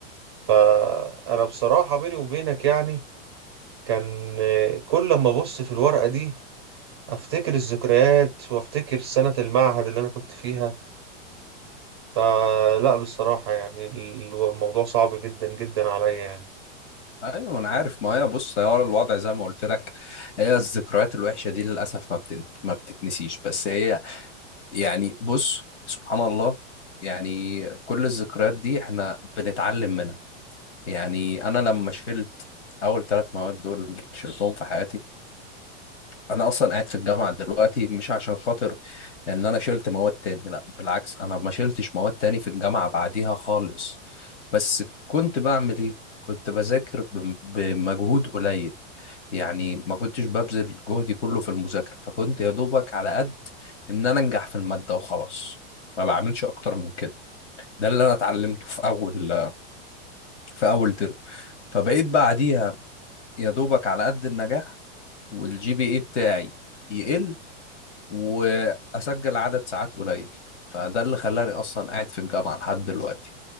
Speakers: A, on the right; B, on the left.
A: فانا بصراحة بيني وبينك يعني كان آه، كل ما ابص في الورقة دي افتكر الذكريات وافتكر سنة المعهد اللي انا كنت فيها فلا بصراحة يعني ال- الموضوع صعب جدا جدا عليا يعني
B: ايوه ما انا عارف ما هي بص هو الوضع زي ما قلت لك هي الذكريات الوحشه دي للاسف ما بتن... ما بتتنسيش بس هي يعني بص سبحان الله يعني كل الذكريات دي احنا بنتعلم منها يعني انا لما شلت اول ثلاث مواد دول شلتهم في حياتي انا اصلا قاعد في الجامعه دلوقتي مش عشان خاطر ان انا شلت مواد تاني لا بالعكس انا ما شلتش مواد تاني في الجامعه بعديها خالص بس كنت بعمل ايه كنت بذاكر بم- بمجهود قليل يعني ما كنتش ببذل جهدي كله في المذاكرة فكنت يا دوبك على قد إن أنا أنجح في المادة وخلاص ما بعملش أكتر من كده ده اللي أنا اتعلمته في أول في أول ترم فبقيت بعديها يا دوبك على قد النجاح والجي بي إيه بتاعي يقل وأسجل عدد ساعات قليل فده اللي خلاني أصلا قاعد في الجامعة لحد دلوقتي